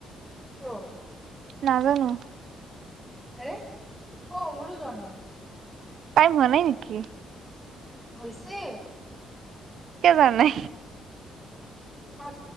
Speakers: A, in the centre; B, on the right.
A: কিয়
B: নাজানো
A: আৰে অ মোৰো যোৱা নাই
B: টাইম হোৱা নাই নেকি
A: হৈছে
B: জ নে
A: পাক